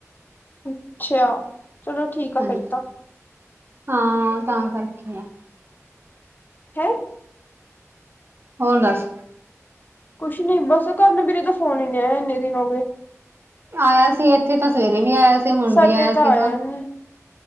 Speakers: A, on the left; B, on the right.
A: ਅੱਛਾ ਚਲੋ ਠੀਕ ਆ
B: ਹਾਂਜੀ
A: ਫਿਰ ਤਾਂ
B: ਹਾਂ ਤਾਂ ਕਰਕੇ ਆ
A: ਹੈਂ
B: ਹੋਰ ਦੱਸ
A: ਕੁਛ ਨੀ ਬਸ ਘਰ ਨੂੰ ਵੀਰੇ ਤਾਂ ਫੋਨ ਹੀ ਨਹੀਂ ਆਇਆ ਇੰਨੇ ਦਿਨ ਹੋ ਗਏ
B: ਆਇਆ ਸੀ ਇੱਥੇ ਤਾਂ ਸਵੇਰੇ ਵੀ ਆਇਆ ਸੀ ਹੁਣ
A: ਸਾਡੇ
B: ਵੀ ਆਇਆ ਸੀਗਾ
A: ਤਾਂ ਨੀ